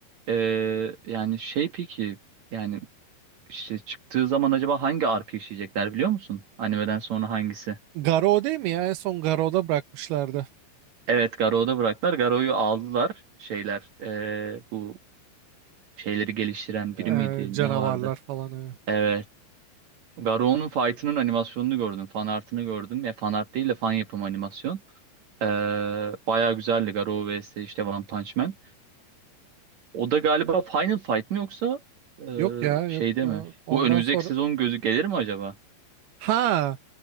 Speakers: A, on the right (about 60°); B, on the right (about 80°).
A: Ee, yani şey peki yani işte çıktığı zaman acaba hangi arka işleyecekler biliyor musun? Animeden sonra hangisi?
B: Garo değil mi ya? En son Garo'da bırakmışlardı.
A: Evet Garou'da bıraktılar. Garou'yu aldılar şeyler ee, bu şeyleri geliştiren biri
B: Ee,
A: miydi
B: canavarlar
A: ne vardı?
B: falan. evet.
A: Evet. Garou'nun fight'ının animasyonunu gördüm. Fan art'ını gördüm. Ya fan art değil de fan yapım animasyon. Ee, bayağı güzeldi Garou vs işte One Punch Man. O da galiba Final Fight mi yoksa e,
B: Yok ya
A: şeyde
B: yok. Ee,
A: mi?
B: ondan
A: Bu önümüzdeki
B: sonra
A: sezon gözü gelir mi acaba?
B: ha,